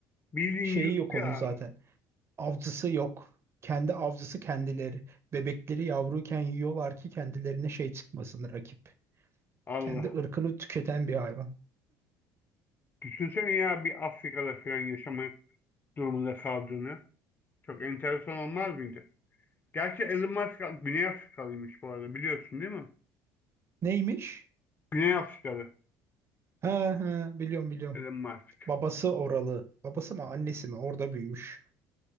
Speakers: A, on the left (about 25°); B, on the right (about 35°).
A: Bildiğin
B: Şeyi
A: yuttu
B: yok onun
A: ya.
B: zaten. Avcısı yok. Kendi avcısı kendileri. Bebekleri yavruyken yiyorlar ki kendilerine şey çıkmasın rakip.
A: Allah.
B: Kendi ırkını tüketen bir hayvan.
A: Düşünsene ya bir Afrika'da falan yaşama durumunda kaldığını. Çok enteresan olmaz mıydı? Gerçi Elon Musk Güney Afrikalıymış bu arada biliyorsun değil mi?
B: Neymiş?
A: Güney Afrikalı
B: Ha ha biliyorum biliyorum.
A: Elon Musk.
B: Babası oralı. Babası mı annesi mi? Orada büyümüş.